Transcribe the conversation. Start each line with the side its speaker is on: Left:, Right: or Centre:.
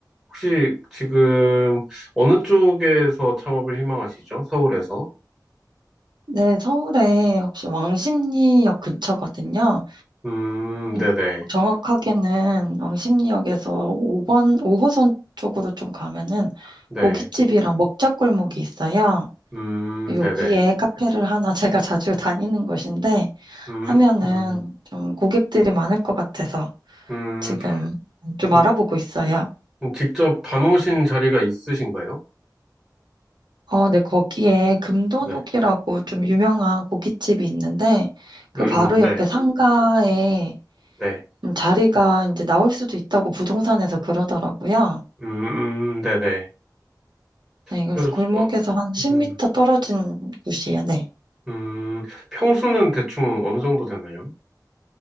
Centre: 혹시 지금 어느 쪽에서 창업을 희망하시죠? 서울에서?
Right: 네, 서울에 혹시 왕십리역 근처거든요.
Centre: 음,
Right: 음,
Centre: 네네,
Right: 정확하게는 왕십리역에서 5번, 5호선 쪽으로 좀 가면은
Centre: 네.
Right: 고깃집이랑 먹자골목이 있어요.
Centre: 음,
Right: 여기에
Centre: 네네.
Right: 카페를 하나 <laughs> 제가 자주 다니는 곳인데
Centre: 음,
Right: 하면은
Centre: 음,
Right: 좀 고객들이 많을 것 같아서
Centre: 음,
Right: 지금 좀
Centre: 음,
Right: 알아보고 있어요.
Centre: 음, 직접 봐놓으신 자리가 있으신가요?
Right: 어, 네, 거기에 금도녹이라고
Centre: 네.
Right: 좀 유명한 고깃집이 있는데 그
Centre: 음,
Right: 바로
Centre: 네,
Right: 옆에 상가에
Centre: 네.
Right: 음, 자리가 이제 나올 수도 있다고 부동산에서 그러더라고요.
Centre: 음, 음, 네네.
Right: 네, 그래서
Centre: 그래서,
Right: 골목에서
Centre: 어,
Right: 한 10m
Centre: 음,
Right: 떨어진 곳이에요. 네.
Centre: 음, 평수는 대충 어느 정도 되나요?